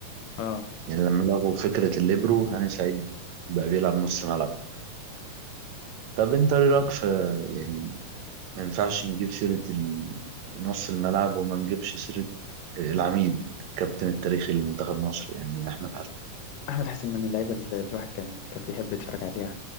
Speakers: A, on the left; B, on the right.
A: اه
B: يعني لما لغوا فكرة الليبرو هاني سعيد بقى بيلعب نص ملعب طب أنت إيه رأيك في يعني ما ينفعش نجيب سيرة ال- نص الملعب وما نجيبش سيرة العميد الكابتن التاريخي لمنتخب مصر يعني أحمد حسن
A: احمد حسن من اللعيبه اللي الواحد كان كان بيحب يتفرج عليها